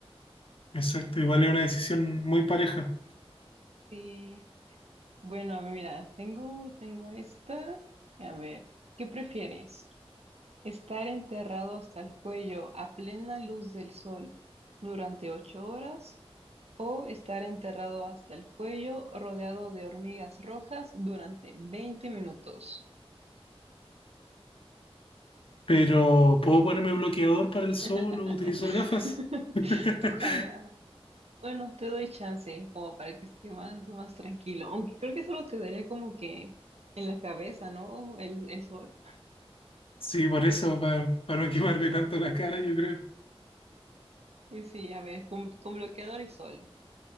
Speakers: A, on the left; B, on the right.
A: Exacto, igual es una decisión muy pareja.
B: Sí. Bueno, mira, tengo, tengo esta. A ver, ¿qué prefieres? Estar enterrado hasta el cuello a plena luz del sol durante ocho horas o estar enterrado hasta el cuello rodeado de hormigas rojas durante 20 minutos.
A: Pero ¿puedo ponerme bloqueador para el sol
B: <laughs>
A: o utilizar gafas? <laughs>
B: Ojalá. Bueno, te doy chance como para que esté más, más tranquilo. Aunque creo que solo te daría como que en la cabeza, ¿no? El, el sol.
A: Sí, por eso, para no quemarme tanto la cara, yo creo.
B: Pues sí, a ver, con, con bloqueador y sol.